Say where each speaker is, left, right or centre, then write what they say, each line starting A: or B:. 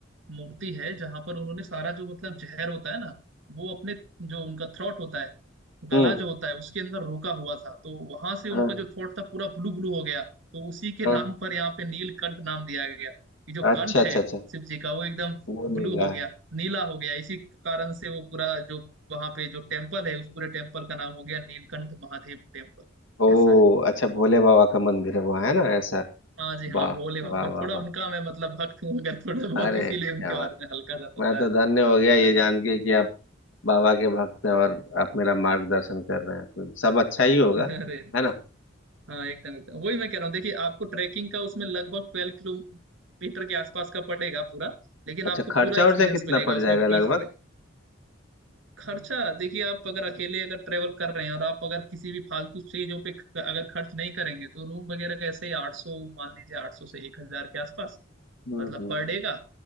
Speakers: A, on the right; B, on the left.
A: मूर्ति है जहां पर उन्होंने सारा जो मतलब जहर होता है ना वो अपने जो उनका थ्रॉट होता है गला
B: हम्म
A: जो होता है उसके अंदर रोका हुआ था तो वहां से उनका
B: हाँ
A: जो थ्रॉट था पूरा ब्लू ब्लू हो गया तो उसी के
B: हाँ
A: नाम पर यहाँ पे नीलकंठ नाम दिया गया कि जो
B: अच्छा
A: कंठ
B: अच्छा
A: है
B: अच्छा
A: शिव जी का वो एकदम
B: वो नीला
A: ब्लू हो गया
B: है
A: नीला हो गया इसी कारण से वो पूरा जो वहां पे जो टेम्पल है उस पूरे टेम्पल का नाम हो गया नीलकंठ महादेव टेम्पल
B: ओ
A: ऐसा है
B: अच्छा भोले बाबा का मंदिर है वहाँ है ना ऐसा
A: हाँ जी हाँ
B: वाह
A: भोले बाबा
B: वाह
A: का
B: वाह
A: थोड़ा उनका
B: वाह
A: मैं मतलब भक्त हूँ अगर थोड़ा बहुत
B: अरे
A: इसीलिए
B: क्या
A: उनके बारे
B: बात
A: में हल्का सा
B: मैं
A: पता
B: तो
A: है
B: धन्य हो गया ये
A: हाँ जी
B: जान के कि आप बाबा के भक्त हैं और आप मेरा मार्गदर्शन कर रहे हैं तो सब अच्छा ही होगा
A: <laughs> अरे नहीं
B: है ना
A: हाँ एकदम एकदम वही मैं कह रहा हूँ देखिए आपको ट्रैकिंग का उसमें लगभग ट्वेल्व किलोमीटर के आसपास का पड़ेगा पूरा लेकिन
B: अच्छा
A: आपको
B: खर्चा
A: पूरा एक्सपीरियंस
B: वर्चा कितना
A: मिलेगा
B: पड़
A: उसमें
B: जाएगा
A: बीच
B: लगभग
A: में खर्चा देखिए आप अगर अकेले अगर ट्रेवल कर रहे हैं और आप अगर किसी भी फालतू चीजों पे ख- अगर खर्च नहीं करेंगे तो रूम वगैरह का ऐसे ही आठ सौ मान लीजिए आठ सौ से एक हजार के आसपास
B: हम्म
A: मतलब
B: हम्म
A: पर डे का